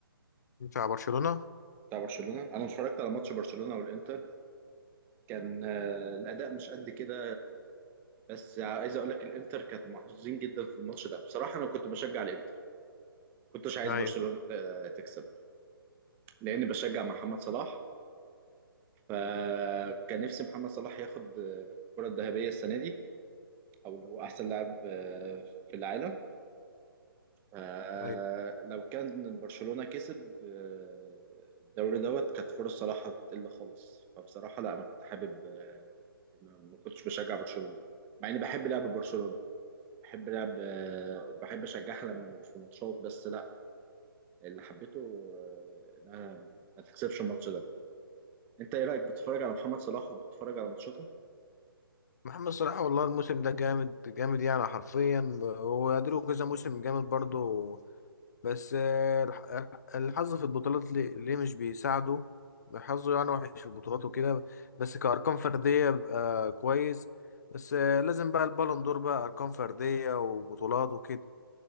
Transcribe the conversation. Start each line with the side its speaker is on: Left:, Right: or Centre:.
Left: بتاع برشلونه
Right: بتاع برشلونه انا اتفرجت على ماتش برشلونه والانتر كان آه، الاداء مش قد كده بس عايز اقول لك الانتر كانت محظوظين جدا في الماتش ده بصراحه انا كنت بشجع الانتر ما كنتش عايز
Left: ايوه
Right: برشلونه آه، تكسب لاني بشجع محمد صلاح فكان نفسي محمد صلاح ياخد الكرة الذهبية السنة دي او اللي هو احسن لاعب آه، في العالم آه،
Left: ايوه
Right: لو كان برشلونة كسب آه، الدوري دوت كانت فرص صلاح هتقل خالص فبصراحة لا انا كنت حابب آه، إن أنا ما كنتش بشجع برشلونة مع اني بحب لعب برشلونة بحب لعب آه، بحب اشجعها لما في ماتشات بس لا اللي حبيته آه، انها ما تكسبش الماتش ده انت ايه رايك بتتفرج على محمد صلاح وبتتفرج على ماتشاته
Left: محمد صلاح والله الموسم ده جامد جامد يعني حرفيا هو له كذا موسم جامد برضه بس آه، الح- الحظ في البطولات ليه ليه مش بيساعده حظه يعني وحش في البطولات وكده بس كأرقام فردية بقى كويس بس آه، لازم بقى البالون دور بقى أرقام فردية وبطولات وكده